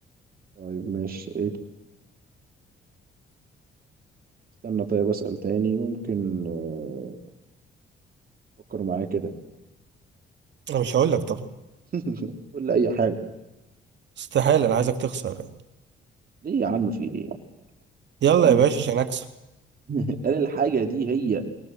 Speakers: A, on the right (about 50°); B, on the right (about 65°).
A: طيب ماشي ايه استنى طيب أسأل تاني ممكن آه، أفكر معايا كده
B: أنا مش هقول لك طبعا
A: <laughs> قول لي أي حاجة
B: استحالة أنا عايزك تخسر يعني
A: ليه يا عم في ايه؟
B: يلا
A: طب استنى
B: يا باشا عشان أكسب
A: <laughs> هل الحاجة دي هي